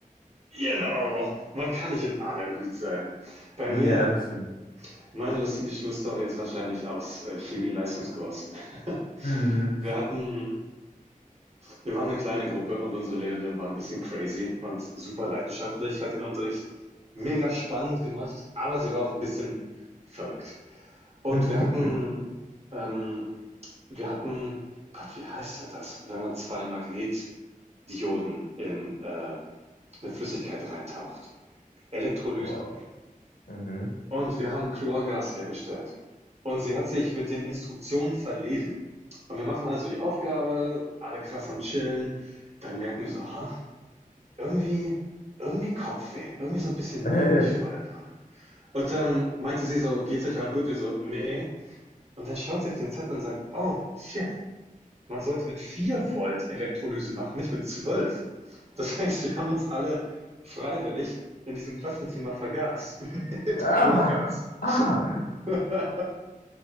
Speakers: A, on the right; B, on the left.
A: genau, man kann nicht in allem gut sein. Bei
B: ja,
A: mir
B: das stimmt.
A: meine lustige Schulstory ist wahrscheinlich aus, äh, Chemie-Leistungskurs. <laughs>
B: Mhm.
A: Wir hatten Wir waren eine kleine Gruppe und unsere Lehrerin war ein bisschen crazy und super leidenschaftlich, hat den Unterricht mega spannend gemacht, aber sie war auch ein bisschen verrückt. Und
B: <laughs>
A: wir hatten ähm, wir hatten Gott, wie heißt denn das, wenn man 2 Magnetdioden in, äh, 'ne Flüssigkeit reintaucht? Elektrolyse.
B: Boah. Mhm.
A: Und wir haben Chlorgas hergestellt. Und sie hat sich mit den Instruktionen verlesen. Und wir machen also die Aufgabe, alle krass am Chillen. Dann merken wir so: ha. Irgendwie irgendwie Kopfweh, irgendwie so ein bisschen
B: <laughs>
A: neblig vor der Birne. Und dann meinte sie so: „Geht's euch allen gut?“ Wir so: nee. Und dann schaut sie auf den Zettel und sagt: „Oh, shit, man sollte mit 4 Volt Elektrolyse machen, nicht mit 12. Das <laughs> heißt, wir haben uns alle freiwillig in diesem Klassenzimmer vergaß <laughs> mit
B: Ah!
A: Chlorgas.
B: Ah!
A: <laughs>